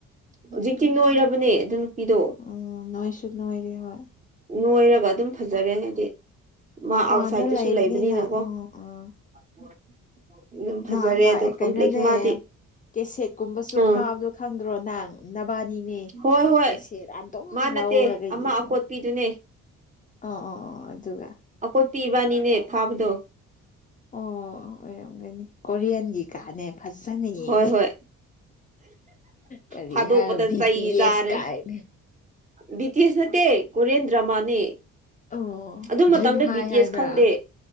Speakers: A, on the right (about 25°); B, on the left (about 25°).
A: ꯍꯧꯖꯤꯛꯇꯤ ꯅꯣꯏꯔꯕꯅꯦ ꯑꯗꯨ ꯅꯨꯄꯤꯗꯣ
B: ꯑꯝ ꯅꯣꯏꯁꯨ ꯅꯣꯏꯔꯤ ꯍꯣꯏ
A: ꯅꯣꯏꯔꯒ ꯑꯗꯨꯝ ꯐꯖꯔꯦ ꯍꯥꯏꯗꯤ ꯃꯥ
B: ꯃꯄꯥꯟꯗ
A: ꯑꯥꯎꯠꯁꯥꯏꯗꯠꯇꯁꯨ
B: ꯂꯩꯕꯅꯤꯅ
A: ꯂꯩꯕꯅꯤꯅꯀꯣ
B: ꯎꯝ ꯎꯝ
A: <unintelligible> ꯐꯖꯔꯦ
B: ꯅꯍꯥꯟꯋꯥ
A: ꯑꯗꯣ ꯀꯝꯄ꯭ꯂꯦꯛꯁ
B: ꯀꯩꯅꯣꯅꯦ
A: ꯃꯥꯗꯤ
B: ꯀꯦꯁꯦꯠꯀꯨꯝꯕꯁꯨ
A: ꯑꯥ
B: ꯐꯥꯕꯗꯣ ꯈꯪꯗ꯭ꯔꯣ ꯅꯪ ꯅꯕꯥꯅꯤꯅꯦ
A: ꯍꯣꯏ ꯍꯣꯏ
B: ꯀꯦꯁꯦꯠ ꯑꯗꯨꯝ
A: ꯃꯥ ꯅꯠꯇꯦ
B: ꯂꯧꯔꯒ
A: ꯑꯃ
B: ꯌꯦꯡꯉꯤ
A: ꯑꯀꯣꯠꯄꯤꯗꯨꯅꯦ
B: ꯑꯣ ꯑꯣ ꯑꯣ ꯑꯗꯨꯒ
A: ꯑꯀꯣꯠꯄꯤ ꯏꯕꯥꯅꯤꯅꯦ ꯐꯥꯕꯗꯣ
B: ꯑꯣ ꯑꯣꯏꯔꯝꯒꯅꯤ ꯀꯣꯔꯤꯌꯥꯟꯒꯤ ꯀꯥꯅꯦ ꯐꯖꯅ ꯌꯦꯡꯅꯤ
A: ꯍꯣꯏ ꯍꯣꯏ
B: ꯀꯔꯤ
A: ꯐꯥꯗꯣꯛꯄꯗ
B: ꯍꯥꯏꯔ ꯕꯤ
A: ꯆꯩ
B: ꯇꯤ ꯑꯦꯁ
A: ꯆꯥꯔꯦ
B: ꯀꯥꯏꯅ
A: ꯕꯤ ꯇꯤ ꯌꯦꯁ ꯅꯠꯇꯦ ꯀꯣꯔ꯭ꯌꯟ ꯗ꯭ꯔꯃꯥꯅꯦ
B: ꯑꯣ
A: ꯑꯗꯨ ꯃꯇꯝꯗ
B: ꯗ꯭ꯔꯤꯝ ꯍꯥꯏ
A: ꯕꯤ ꯇꯤ
B: ꯍꯥꯏꯕ꯭ꯔꯥ
A: ꯌꯦꯁ ꯈꯪꯗꯦ